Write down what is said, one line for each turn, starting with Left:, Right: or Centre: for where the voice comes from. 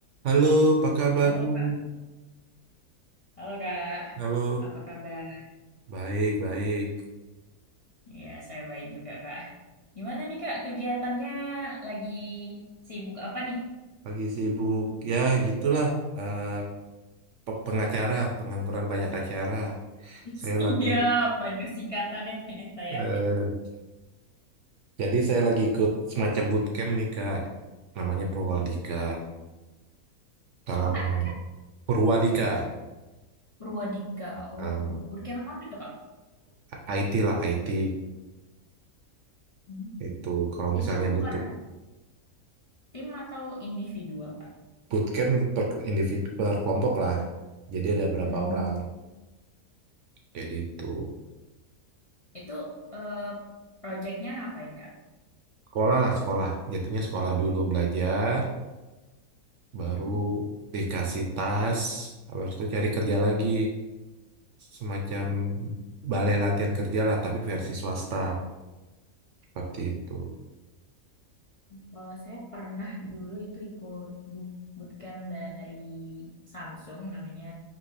Right: Halo, apa kabar
Left: Halo
Right: dulu?
Left: Kak, halo Kak,
Right: Halo,
Left: apa kabar?
Right: baik, baik.
Left: Ya, saya baik juga Kak. Gimana nih Kak, kegiatannya lagi sibuk apa nih?
Right: Pagi sibuk. Ya, gitulah. eh, pe- pengacara, pengangguran banyak acara.
Left: <laughs>
Right: Saya lagu.
Left: Iya, waduh singkatannya ternyata
Right: eh,
Left: ya.
Right: jadi saya lagi ikut semacam bootcamp nih, Kak. Namanya Purwadika. Kalau
Left: Apa Kak
Right: mau
Left: namanya Kak?
Right: Purwadika.
Left: Purwadika, oh
Right: eh,
Left: Purkema apa itu Kak?
Right: IT lah, IT.
Left: Hmm.
Right: Itu kalau misalnya
Left: Itu
Right: butuh
Left: per tim atau individual Kak?
Right: bootcamp per individu, per kelompok lah. Jadi ada berapa
Left: Hmm.
Right: orang. Jadi itu.
Left: Itu eh, proyeknya ngapain Kak?
Right: Sekolah lah, sekolah. Jatuhnya sekolah dulu belajar, baru
Left: Hmm.
Right: dikasih tas, habis itu cari kerja lagi. Semacam balai latihan kerja lah, tapi versi swasta. Seperti itu.
Left: Kalau saya pernah dulu itu ikut boot- bootcamp dari Samsung, namanya